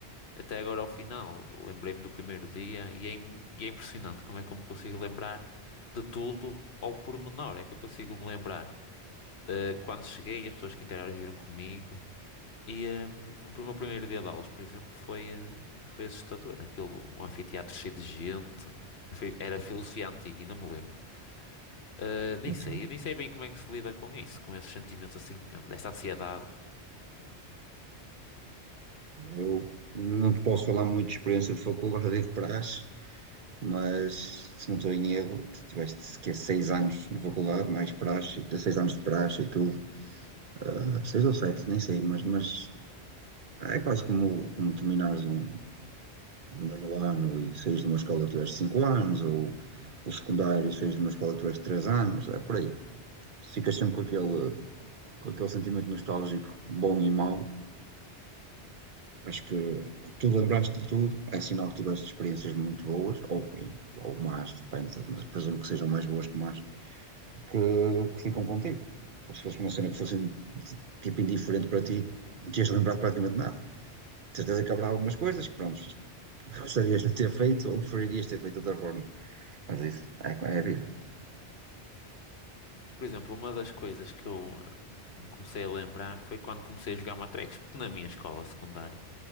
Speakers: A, on the left (about 65°); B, on the right (about 55°).
A: até agora ao final. Lembrei-me do primeiro dia e é, im- e é impressionante como é que eu me consigo lembrar de tudo ao pormenor. É que eu consigo me lembrar. ah, quando cheguei, as pessoas que interagiram comigo E hum, o meu primeiro dia de aulas, por exemplo, foi, eh, foi assustador. Aquilo, um anfiteatro cheio de gente, Foi- era filosofia antiga, ainda me lembro. Eh, nem
B: Mas,
A: sei,
B: sim,
A: eu nem sei bem como é que se lida com isso, com esses sentimentos assim, dessa ansiedade.
B: Eu não te posso falar muito de experiência de faculdade e de praxe, mas se não estou em erro, tu tiveste que é seis anos na faculdade, mais praxe, tens seis anos de praxe e tudo, Ah, seis ou sete, nem sei, mas, mas é quase como, como terminares um, um nono ano e saís de uma escola que tiveste cinco anos, ou o secundário, saís de uma escola que tiveste três anos, é por aí. Ficas sempre com aquele, com aquele sentimento nostálgico bom e mau, Acho que tu lembraste de tudo, é sinal que tiveste experiências muito boas, ou, e- ou más, depende, mas presumo que sejam mais boas que más, que, que ficam contigo. Porque se fosse uma cena que fosse de- tipo indiferente para ti, não tinhas lembrado praticamente nada. De certeza que haverá algumas coisas que, pronto, gostarias de ter feito ou preferirias ter feito de outra forma. Mas isso é, é a vida.
A: Por exemplo, uma das coisas que eu eh, me comecei a lembrar foi quando comecei a jogar matrecos, porque na minha escola secundária